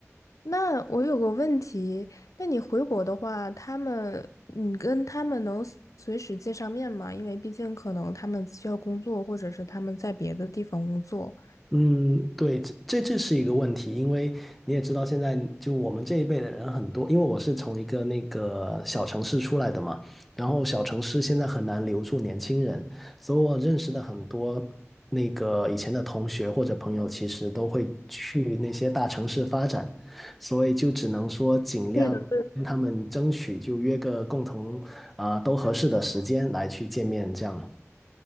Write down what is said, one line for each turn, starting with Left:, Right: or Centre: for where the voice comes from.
Left: 那我有个问题，那你回国的话，他们，你跟他们能随时见上面吗？因为毕竟可能他们需要工作，或者是他们在别的地方工作。
Centre: 嗯，对，这这这是一个问题，因为你也知道，现在就我们这一辈的人很多，因为我是从一个那个小城市出来的嘛，然后小城市现在很难留住年轻人，所以我认识的很多那个以前的同学或者朋友，其实都会去那些大城市发展，所以就只能说尽量跟他们争取，
Left: 对的。
Centre: 就约个共同啊、都合适的时间来去见面，这样。